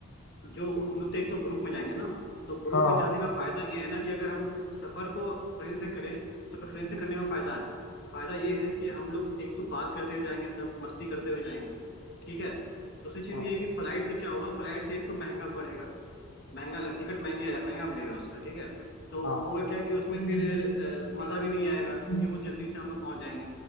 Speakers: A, on the left (about 50°); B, on the left (about 70°).
A: जो हम लोग तो एक तो ग्रुप में जाएंगे ना तो ग्रुप
B: हाँ
A: में जाने का फायदा ये है ना कि अगर हम सफर को ट्रेन से करें तो ट्रेन से करने में फायदा है फायदा ये है कि हम लोग एक तो बात करते हुए जाएंगे सब मस्ती करते हुए जाएंगे ठीक है दूसरी चीज
B: हाँ
A: ये है कि फ्लाइट से क्या होगा फ्लाइट से एक तो महंगा पड़ेगा महंगा लग टिकट महंगे महंगा मिलेगा उसका ठीक है तो
B: हाँ
A: होगा क्या कि उसमें फिर अ, मजा भी नहीं आएगा क्योंकि वो जल्दी से हम लोग पहुंच जाएंगे